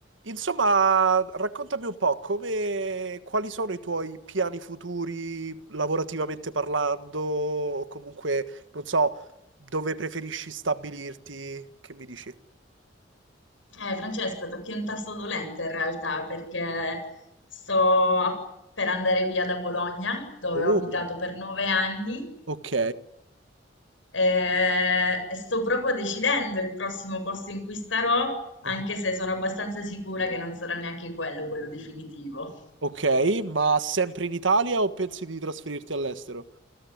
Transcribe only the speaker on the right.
Insomma, raccontami un po' come, quali sono i tuoi piani futuri lavorativamente parlando, o comunque, non so, dove preferisci stabilirti, che mi dici?
Oh,
ok.
Ah,
Ok, ma sempre in Italia o pensi di trasferirti all'estero?